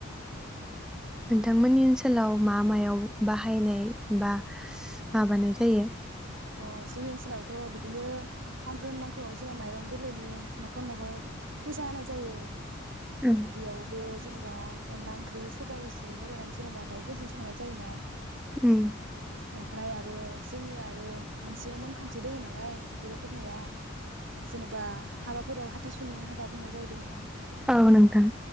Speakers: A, in the centre; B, on the right.
A: नोंथांमोननि ओनसोलाव मा मायाव बाहायनाय बा माबानाय जायो
B: अ जोंनि ओनसोलावथ' बिदिनो आगोन मांखौआव जोंनाव माइरं गोरलैनि न'खर न'खर फुजा होनाय जायो
A: उम
B: बिदियावबो जेनेबा अनला ओंख्रि सबाय एसे लगायनानै जेनेबा दाउफोरजों संनाय जायोना
A: उम
B: ओमफ्राय आरो जोंनि आरो मोनसे नेमखान्थि दोङो नालाय बर'फोरनिया जेनेबा हाबाफोराव हा हाथासुनि हाबा बुंनाय जायो दे नोंथां
A: औ नोंथां